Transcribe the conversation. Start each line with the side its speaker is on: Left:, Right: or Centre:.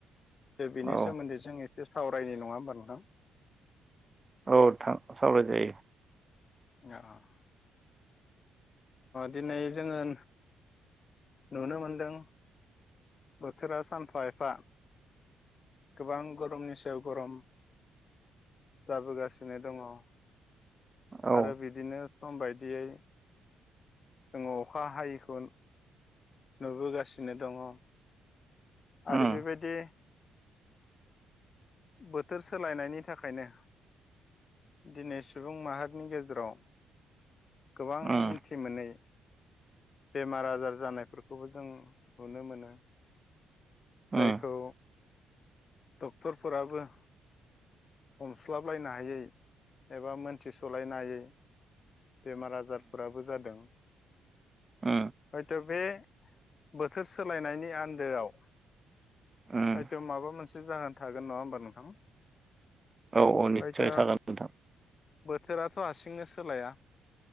Left: बिनि
Right: औ
Left: सोमोन्दै जों एसे सावरायनाय नंङा नोंहा
Right: औ थां सावराय जायो।
Left: अ दिनै जोंङो नुनो मोनदों बोथोरा सानफा एफा गोबां गरमनि सायाव गरम जाबोगासिनो दंङो
Right: औ
Left: आरो बिदिनो सम बायदियै जोंङो अखा हायैखौ नुबोगासिनो दंङो आरो
Right: उम
Left: बेबायदि बोथोर सोलायनायनि थाखायनो दिनै सुबुं माहारिनि गेजेराव गोबां
Right: उम
Left: मिथिमोनै बेमार आजार जानायफोरखौबो जों नुनो मोनो जायखौ
Right: उम
Left: डक्टरफोराबो हमस्लाबलायनो हायै एबा मोनथिस'लायनो हायै बेमार आजारफोराबो जादों।
Right: ओ
Left: हयथ' बे बोथोर सोलायनायनि आन्दोआव
Right: उम
Left: बायथ' माबा मोनसे जाहोन थागोन नङा होमबा नोंथां।
Right: औ औ निस्सय
Left: हयथ'
Right: थागोन नोंथां।
Left: बोथोराथ' हारसिंनो सोलाया